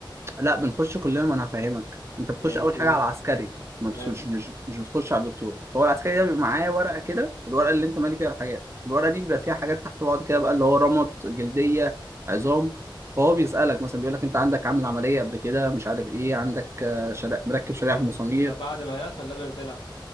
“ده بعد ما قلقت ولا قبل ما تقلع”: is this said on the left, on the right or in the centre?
Left